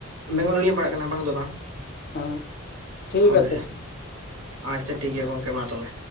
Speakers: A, on the right; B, on the left.
A: ᱵᱮᱝᱜᱚᱞ ᱜᱮᱞᱤᱧ ᱯᱟᱲᱟᱜ ᱠᱟᱱᱟ ᱵᱟᱝ ᱫᱚ ᱵᱟᱝ᱾
B: ᱦᱮᱸ ᱴᱷᱤᱠ
A: ᱦᱳᱭ᱾
B: ᱟᱪᱷᱮ ᱴᱷᱤᱠ ᱦᱮᱸ
A: ᱟᱪᱪᱷᱟ ᱴᱷᱤᱠ ᱜᱮᱭᱟ ᱜᱚᱝᱠᱮ ᱢᱟ ᱛᱚᱵᱮ᱾